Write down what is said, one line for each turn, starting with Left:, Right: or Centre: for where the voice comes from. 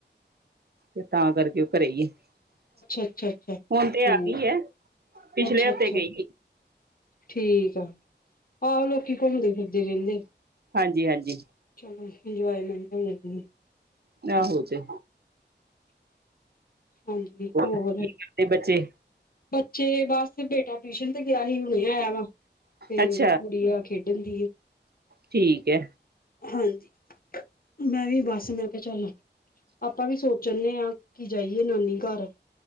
Right: ਤੇ ਤਾਂ ਕਰਕੇ ਉਹ ਘਰੇ ਹੀ ਹੈ।
Left: ਅੱਛਾ ਅੱਛਾ ਠੀਕ
Right: ਹੁਣ ਤੇ ਆ ਗਈ ਹੈ ਪਿਛਲੇ
Left: ਅੱਛਾ
Right: ਹਫ਼ਤੇ
Left: ਅੱਛਾ
Right: ਗਈ ਹੀ।
Left: ਠੀਕ ਆ ਆਓ ਲੋਕੀ ਘੁੰਮਦੇ ਫਿਰਦੇ ਰਹਿੰਦੇ
Right: ਹਾਂਜੀ-ਹਾਂਜੀ
Left: <inaudible> ਹੂੰ
Right: ਨਾ ਹੋ ਜੇ
Left: ਹਾਂਜੀ ਹੋਰ
Right: ਕੀ ਕਰਦੇ ਬੱਚੇ
Left: ਚੇ ਬਸ ਬੇਟਾ ਟਿਊਸ਼ਨ ਤੇ ਗਿਆ ਸੀ ਹੁਣੇ ਆਇਆ ਵਾ ਤੇ
Right: ਅੱਛਾ
Left: ਗੁੜਿਆ ਖੇਡਾਂਦੀ ਏ।
Right: ਠੀਕ ਐ।
Left: ਹਾਂਜੀ ਮੈਂ ਵੀ ਬਸ ਮੈਂ ਕਿਹਾ ਚੱਲ ਆਪਾਂ ਵੀ ਸੋਚਣਦੇ ਹਾਂ ਕਿ ਜਾਈਏ ਨਾਨੀ ''ਘਰ